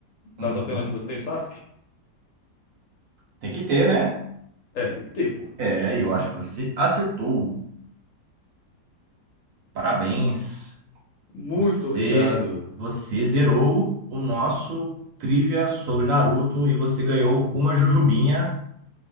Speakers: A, on the left (about 60°); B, on the right (about 65°).
A: Nas
B: Uhum.
A: alternativas tem o Sasuke?
B: Tem que ter, né?
A: É, tem que ter, pô.
B: É, eu acho que você acertou. Parabéns.
A: Muito
B: Você,
A: obrigado.
B: você zerou o nosso trivia sobre Naruto e você ganhou uma jujubinha.